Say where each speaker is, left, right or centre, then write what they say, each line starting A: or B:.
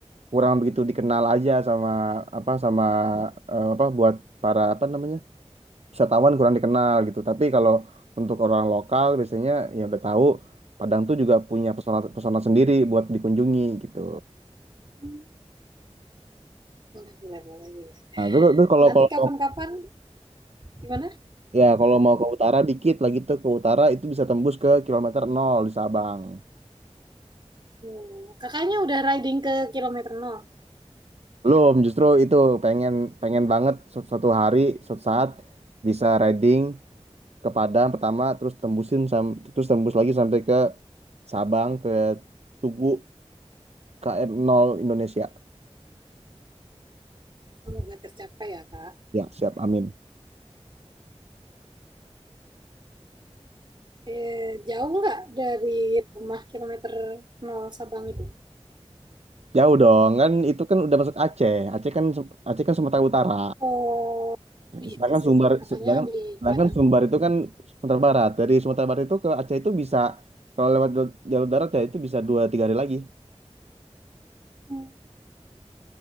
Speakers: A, on the right (about 70°); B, on the right (about 45°).
A: kurang begitu dikenal aja sama apa sama eh, apa buat para apa namanya wisatawan kurang dikenal gitu. Tapi kalau untuk orang lokal biasanya ya udah tahu Padang tuh juga punya pesona pesona sendiri buat dikunjungi gitu.
B: Hmm, Boleh, boleh, boleh, boleh.
A: Nah, terus, terus kalau
B: Nanti
A: kalau
B: kapan-kapan gimana?
A: ya kalau mau ke utara dikit lagi tuh ke utara itu bisa tembus ke kilometer nol di Sabang.
B: Hmm, kakaknya udah riding ke kilometer nol.
A: Belum, justru itu pengen pengen banget su- suatu hari suatu saat bisa riding ke Padang pertama terus tembusin sam- terus tembus lagi sampai ke Sabang ke Tugu KM 0 Indonesia.
B: Semoga tercapai ya, Kak.
A: Ya, siap. Amin.
B: Eh, jauh nggak dari rumah kilometer nol Sabang itu?
A: Jauh dong, kan itu kan udah masuk Aceh. Aceh kan Aceh kan Sumatera Utara.
B: Oh, iya
A: Sedangkan
B: sih.
A: Sumbar
B: Kakaknya
A: sedangkan,
B: di
A: sedangkan
B: Padang.
A: Sumbar itu kan Sumatera Barat. Dari Sumatera Barat itu ke Aceh itu bisa kalau lewat jal- jalur darat ya itu bisa dua tiga hari lagi.
B: Hmm.